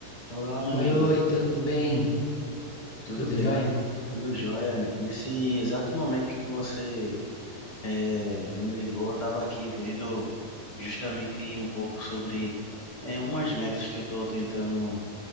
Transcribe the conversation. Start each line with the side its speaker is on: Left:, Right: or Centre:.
Left: Olá, meu
Centre: Oi,
Left: amigo.
Centre: oi, tudo bem?
Left: Tudo
Centre: Tudo
Left: bem?
Centre: jóia?
Left: Tudo jóia? Nesse exato momento que você eh, me ligou, eu estava aqui vendo justamente um pouco sobre eh, umas metas que eu estou tentando